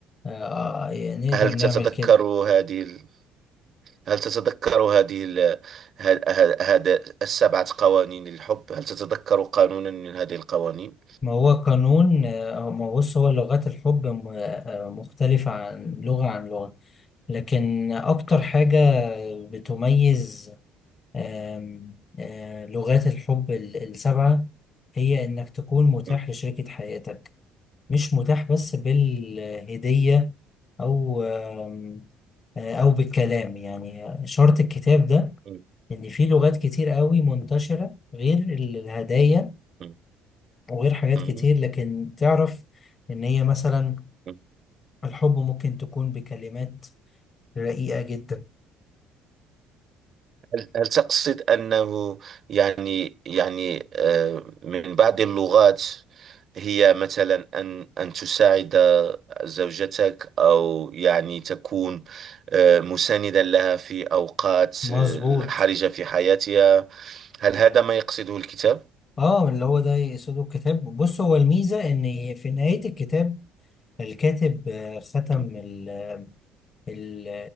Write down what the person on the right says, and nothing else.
هل
تتذكر
هذه ال- هل تتذكر هذه ال- ه- ه- هذا السبعة قوانين للحب؟ هل تتذكر قانونا من هذه القوانين؟
مم.
مم.
مم.
مم.
مم.
مم.
هل هل تقصد أنه يعني يعني آه، من بعض اللغات هي مثلا أن أن تساعد زوجتك أو يعني تكون آه، مساندا لها في أوقات
آه، حرجة في حياتها هل هذا ما يقصده الكتاب؟
مم.